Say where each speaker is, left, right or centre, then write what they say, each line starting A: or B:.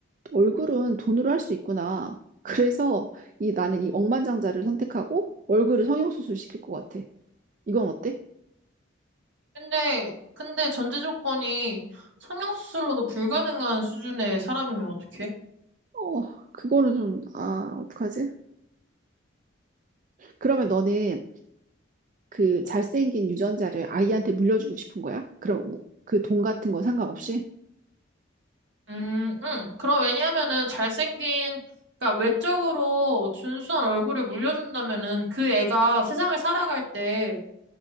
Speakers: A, on the right; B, on the right.
A: 얼굴은 돈으로 할 수 있구나. 그래서 이 나는 이 억만장자를 선택하고 얼굴을 성형수술 시킬 것 같아. 이건 어때?
B: 근데, 근데 전제 조건이 성형수술로도 불가능한 수준의 사람이면 어떡해?
A: 어, 그거는 좀, 아, 어떡하지? 그러면 너는 그 잘생긴 유전자를 아이한테 물려주고 싶은 거야? 그럼 그 돈 같은 건 상관없이?
B: 음, 응. 그럼 왜냐하면은 잘생긴, 그러니까 외적으로 준수한 얼굴을 물려준다면은 그 애가 세상을 살아갈 때